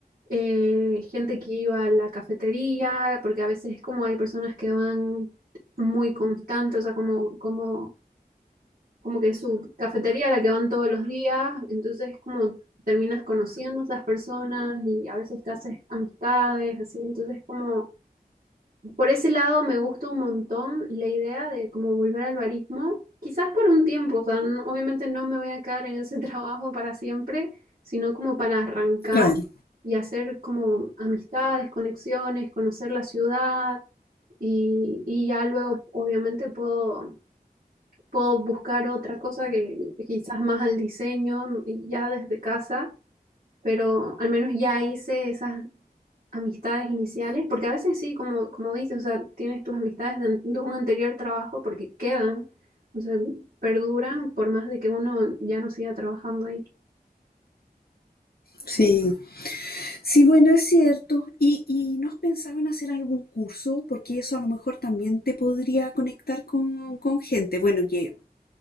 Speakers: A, on the right; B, on the left.
A: eh, gente que iba a la cafetería, porque a veces es como hay personas que van muy constantes, o sea, como, como, como que es su cafetería a la que van todos los días, entonces es como terminas conociendo a esas personas y a veces te haces amistades, así, entonces es como... Por ese lado me gusta un montón la idea de como volver al barismo, quizás por un tiempo, o sea, n- obviamente no me voy a quedar en ese <laughs> trabajo para siempre, sino como para arrancar
B: Claro,
A: y hacer como amistades, conexiones, conocer la ciudad y, y ya luego obviamente puedo, puedo buscar otra cosa que quizás más al diseño y ya desde casa pero al menos ya hice esas amistades iniciales, porque a veces sí, como, como dices, o sea, tienes tus amistades de, an- de un anterior trabajo porque quedan, o sea, perduran por más de que uno ya no siga trabajando ahí.
B: sí. Sí, bueno, es cierto. ¿Y, y no has pensado en hacer algún curso? Porque eso a lo mejor también te podría conectar con, con gente. Bueno, que